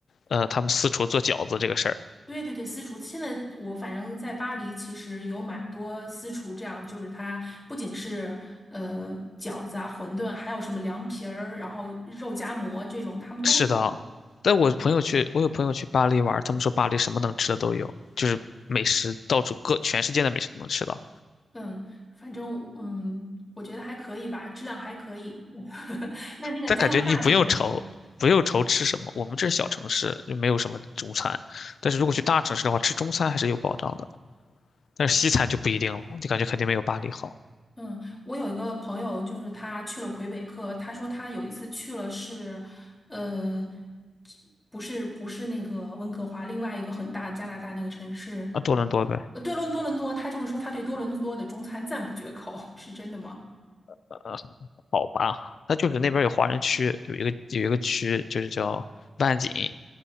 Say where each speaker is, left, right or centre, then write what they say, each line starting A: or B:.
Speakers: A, on the left; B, on the left.
A: 呃，他们四处做饺子这个事儿。
B: 对对对，私厨。现在我反正在巴黎，其实有蛮多私厨，这样就是它不仅是呃饺子啊、馄饨，还有什么凉皮儿，然后肉夹馍这种，他们都做。
A: 是的，但我朋友去，我有朋友去巴黎玩他们说巴黎什么能吃的都有，就是美食到处各全世界的美食都能吃到。
B: 嗯，反正嗯，我觉得还可以吧，质量还可以。<laughs> 那那个加拿大怎么样？
A: 但感觉你不用愁，不用愁吃什么，我们这是小城市，就没有什么中餐。但是如果去大城市的话，吃中餐还是有保障的，但是西餐就不一定了，就感觉肯定没有巴黎好。
B: 嗯，我有一个朋友，就是他去了魁北克，他说他有一次去了是，呃，不是不是那个温哥华，另外一个很大加拿大那个城市，
A: 啊，多伦多呗，
B: 呃，对伦多伦多，他就是说他对多伦多的中餐赞不绝口，<laughs> 是真的吗？
A: 呃，好吧，那就是那边有华人区，有一个有一个区就是叫万锦，